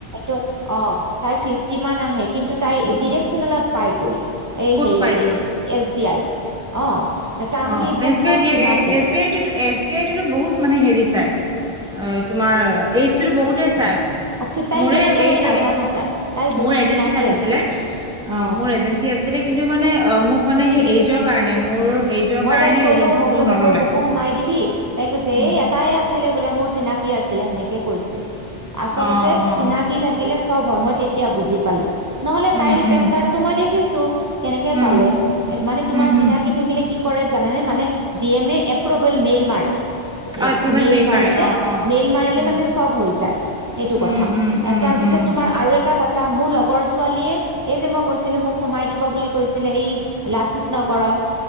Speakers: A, on the right (about 35°); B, in the centre.
A: ত অ তাই ফিফটি মান আহে। টো তাই
B: উম,
A: ডিৰেকশ্যনলত পাই গ'ল। এই
B: ক'ত
A: হেৰিতে
B: পাই গ'ল
A: এছ বি আই, অ। তাৰমানে
B: অ
A: এইবিলাক
B: এছ বি
A: চব
B: আই দিয়ে।
A: চিনাকি
B: এছ বি আই টোতো এছ বি আই টোতো বহুত মানে হেৰি চাই। অ, তোমাৰ এই কিন্তু বহুতে চায়।
A: অ- তাই
B: মোৰেই
A: কেনেকে
B: এই
A: হ'ল
B: যে
A: নাজানো তাই তাইৰ বহুত
B: মোৰ এজেঞ্চীত
A: চিনাকি
B: আহিছিলে,
A: আছে অ
B: মোৰ এজেন্সী আছিলে। কিন্তু কি মানে এই মোক মানে তেওঁ কাৰণে মোৰ এইজৰ
A: মই
B: কাৰণে
A: তাইক কলো
B: এজেঞ্চিত
A: মই বোলো
B: মোক নল'লে।
A: মোকো, মোকো সোমাই দিবি। তাই কৈছে
B: উম,
A: এ এটাই আছিলে। বোলে মোৰ চিনাকি আছিলে, সেনেকে কৈছে। আচলতে
B: অ', অ',
A: চিনাকি
B: অ',
A: থাকিলে চব মই তেতিয়া বুজি পালো। নহলে
B: উম,
A: তাইৰ
B: উম,
A: পেন কাৰ্ডটো মই দেখিছো। কেনেকে
B: উম,
A: পালে? মানে তোমাৰ
B: উম, উম,
A: চিনাকি থাকিলে কি কৰে জানেনে মানে B M A approval mail মাৰে। এ
B: অ' এপ্ৰুভেল
A: মেইল মাৰিলে,
B: মাৰে অ', অ'।
A: মেইল মাৰিলে
B: উম,
A: তাৰমানে চব হৈ যায়। সেইটো
B: উম,
A: কথা।
B: উম, উম,
A: তাৰপিছত
B: উম,
A: তোমাৰ আৰু এটা কথ এটা মোৰ লগৰ ছোৱালীয়ে এই যে মই কৈছিলো মোক সোমাই দিব বুলি কৈছিলে এই লাচিত নগৰত